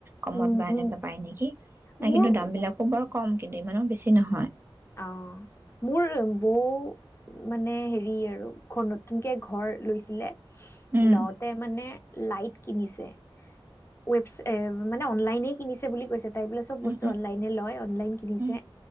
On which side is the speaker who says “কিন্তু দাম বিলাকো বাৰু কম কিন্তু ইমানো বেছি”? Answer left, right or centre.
Right